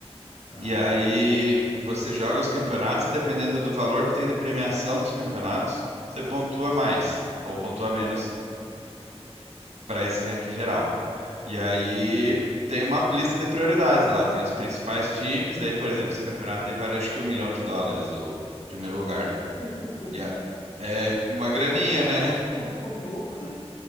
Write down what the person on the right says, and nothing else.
E aí você joga os campeonatos e dependendo do valor que tem de premiação dos campeonatos, você pontua mais ou pontua menos para esse ranking geral. E aí tem uma lista de prioridades lá, tem os principais times, daí, por exemplo, esse campeonato tem vale acho que um milhão de dólares o primeiro lugar.
E a- é uma graninha, né?